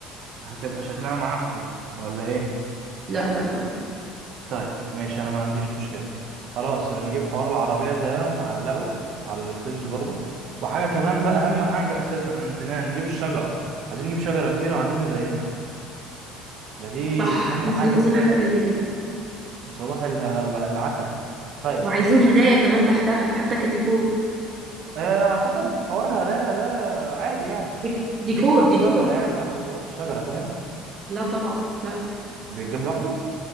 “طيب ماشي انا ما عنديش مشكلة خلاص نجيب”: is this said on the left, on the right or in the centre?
Right